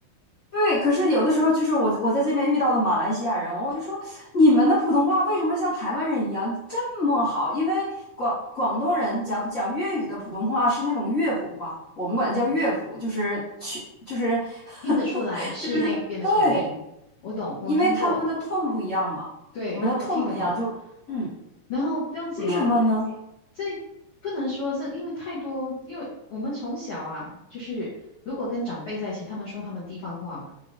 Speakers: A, on the left; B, on the left.
A: 对，可是有的时候就是我我在这边遇到的马来西亚人，我就说你们的普通话为什么像台湾人一样这么好？因为广广东人讲讲粤语的普通话是那种乐谱话，我们管叫乐谱，
B: 嗯，
A: 就是去就是 <laughs>
B: 听得出来是那边的口音。
A: 就是对。
B: 我懂，我听过。
A: 因为他们的痛”不一样嘛，
B: 对，
A: 我们的痛”不一样，
B: 我听得懂。
A: 就嗯，
B: 然后不用紧哦，
A: 为什么呢？
B: 这不能说这，因为太多，因为我们从小啊，就是如果跟长辈在一起，他们说他们地方话嘛，